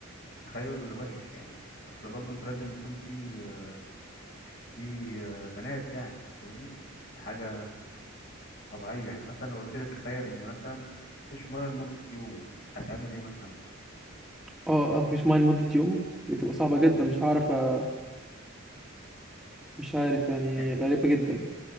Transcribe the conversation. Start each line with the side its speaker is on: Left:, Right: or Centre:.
Left: تخيل وحش يعني أصل برضه أنت لازم يكون في آه، في آه، بنات يعني أنت فاهمني دي حاجة طبيعية يعني مثلا لو قلت لي تخيل إن مثلا مفيش مية لمدة يوم هتعمل إيه مثلا؟
Centre: اه مفيش ميه لمده يوم دي تبقى صعبه جدا مش هعرف أ- مش عارف يعني
Left: يعني
Centre: غريبه جدا